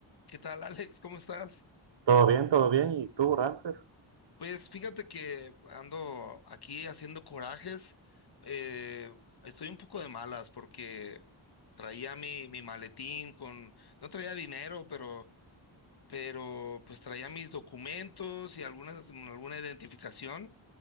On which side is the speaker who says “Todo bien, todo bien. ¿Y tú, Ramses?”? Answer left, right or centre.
Right